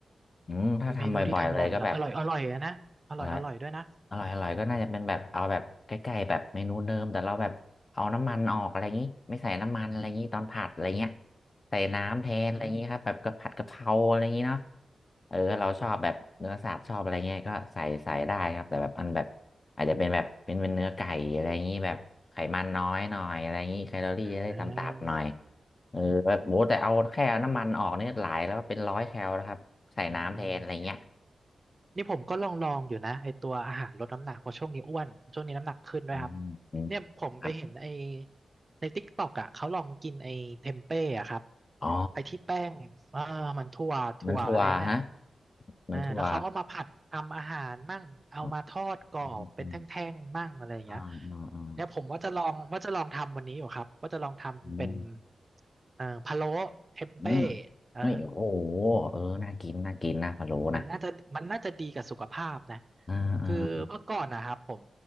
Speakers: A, on the left; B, on the right.
A: อืมถ้าทำบ่อยๆเลยก็แบบ
B: เมนูที่ทำบ่อยแล้วอร่อยอร่อยอะนะอร่อยอร่อยด้วยนะ
A: อะไรอร่อยอร่อยก็น่าจะเป็นแบบเอาแบบใกล้ๆแบบเมนูเดิมแต่เราแบบเอาน้ำมันออกอะไรอย่างนี้ไม่ใส่น้ำมันอะไรอย่างนี้ตอนผัดอะไรเงี้ยใส่น้ำแทนอะไรอย่างนี้ครับแบบกะผัดกะเพราอะไรอย่างนี้เนาะ
B: อืม
A: เออเราชอบแบบเนื้อสัตว์ชอบอะไรเงี้ยก็ใส่ใส่ได้ครับแต่แบบอันแบบอาจจะเป็นแบบเป็นเป็นเนื้อไก่อะไรอย่างนี้แบบไขมันน้อยหน่อยอะไรอย่างนี้แคลอรี่จะได้ต่ำๆหน่อย
B: อ่า
A: เออแบบโหแต่เอาแค่เอาน้ำมันออกเนี่ยหลายแล้วเป็นร้อยแคลนะครับใส่น้ำแทนอะไรเงี้ย
B: อืม นี่ผมก็ลองลองอยู่นะไอตัวอาหารลดน้ำหนักเพราะช่วงนี้อ้วนช่วงนี้น้ำหนักขึ้นด้วยครับ
A: อืมอืม
B: เนี่ยผมไปเห็นไอ
A: ครับ
B: ในติ๊กต็อกอ่ะเขาลองกินไอเทมเป้อะครับ
A: อ๋อ
B: ไอที่แป้งเออมันถั่วถั่วอะไรน่ะ
A: เหมือนถั่วฮะเหมือนถั่ว
B: อ่าแล้วเขาเอามาผัดทำอาหารมั่งเอามาทอดกรอบเป็นแท่งๆมั่งอะไรอย่างเงี้ย
A: อ๋ออืมอืมอ่าอ่าอ่า
B: เนี่ยผมว่าจะลองว่าจะลองทำวันนี้อยู่ครับว่าจะลองทำเป็น
A: อืม
B: เอ่อพะโล้เทมเป้
A: อืม
B: เออ
A: เฮ้ยโอ้โหเออน่ากินน่ากินนะพะโล้นะ
B: มันน่าจะมันน่าจะดีกับสุขภาพนะ
A: อ่าอ่า
B: คือเมื่อก่อนนะครับผม